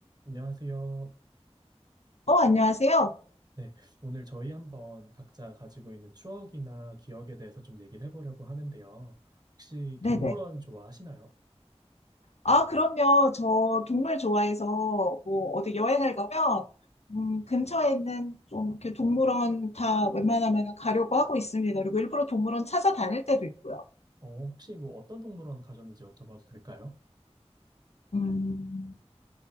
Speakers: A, on the right; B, on the left.
A: 안녕하세요.
B: 어, 안녕하세요.
A: 네, 오늘 저희 한번 각자 가지고 있는 추억이나 기억에 대해서 좀 얘기를 해보려고 하는데요. 혹시
B: 네네.
A: 동물원 좋아하시나요?
B: 아, 그럼요. 저 동물 좋아해서 뭐 어디 여행을 가면 음, 근처에 있는 좀 이렇게 동물원 다 웬만하면 가려고 하고 있습니다. 그리고 일부러 동물원 찾아다닐 때도 있고요.
A: 어, 혹시 뭐 어떤 동물원 가셨는지 여쭤봐도 될까요?
B: 음,